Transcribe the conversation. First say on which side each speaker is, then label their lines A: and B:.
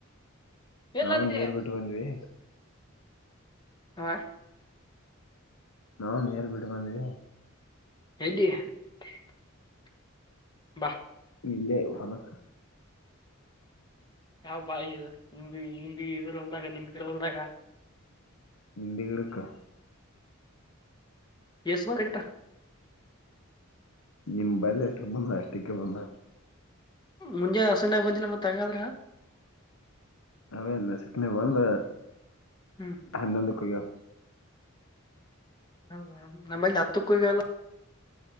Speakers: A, on the left; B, on the left.
A: ಎಲ್ಲತ್ತಿ
B: ನಾವು ನೀರ್ ಬಿಟ್ಟು ಬಂದ್ವಿ.
A: ಹಾ
B: ನಾವು ನೀರ್ ಬಿಟ್ಟ್ ಬಂದ್ವಿ.
A: <unintelligible> ಬಾ
B: ಇಲ್ಲೇ ಹೊಲಕ.
A: ಯಾವ್ ಬಾಯಿ ಇದು ನಿಂಬಿ ನಿಂಬಿ ಇದ್ರು ಹೊಲ್ದಾಗ ನಂಬಿ ಗಿಡ್ದು ಹೊಲ್ದಾಗ.
B: ನಂಬಿ ಗಿಡಕ್ಕ.
A: ಎಸ್ಮ ಗಂಟಾ
B: ನಿಮ ಬಲೆ ಎಷ್ಟಕ್ ಬಂದ ಅಷ್ಟಕ್ಕೆ ಬಂದ
A: ಮುಂಜೆ ಹಸನ್ಯಾಗ ಬಂದಿಲ್ಲ ಮತ್ತೆ ತಂಗಾದ್ರ
B: ಅವೇನ್ನ ಸಿಕ್ಕನ ಬಂದ
A: ಹ್ಮ್
B: ಎನ್ನಂದು ಕೊಯ್ಯೋ
A: ಹ ನಮ್ಮಲ್ಲಿ ಹತ್ತುಕ್ಕಗಲ್ಲ